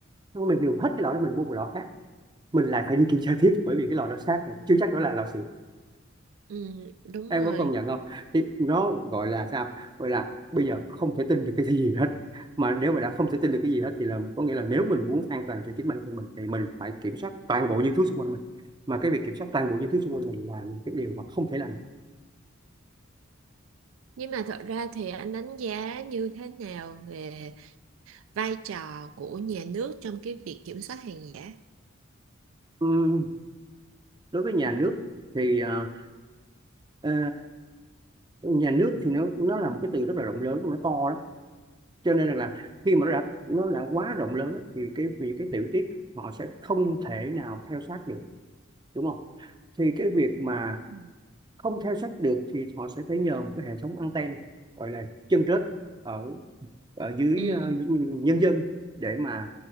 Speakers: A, on the right (about 20°); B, on the right (about 70°).
A: nếu mình dùng hết cái lọ đó mình mua một lọ khác mình lại phải đi kiểm tra tiếp bởi vì cái lọ đó xác rồi chưa chắc đó là lọ xịn
B: ừ, đúng
A: em
B: rồi
A: có công nhận không thì nó gọi là sao gọi là bây giờ không thể tin được cái gì hết mà nếu mà đã không thể tin được cái gì hết thì là có nghĩa là nếu mình muốn an toàn cho chính bản thân mình thì mình phải kiểm soát toàn bộ những thứ xung quanh mình mà cái việc kiểm soát toàn bộ những thứ xung quanh mình là những cái điều mà không thể làm được
B: nhưng mà thật ra thì anh đánh giá như thế nào về vai trò của nhà nước trong cái việc kiểm soát hàng giả
A: Ừm, đối với nhà nước thì ờ, ờ, nhà nước thì nó nó là một cái từ rất là rộng lớn nó to lắm cho nên rằng là khi mà nó đã nó đã quá rộng lớn á, thì cái vì cái tiểu tiết họ sẽ không thể nào theo sát được đúng không thì cái việc mà
B: Ừ.
A: không theo sát được thì họ sẽ phải nhờ một cái hệ thống anten gọi là chân rết ở ở dưới
B: ừ
A: ờ, nhân dân để mà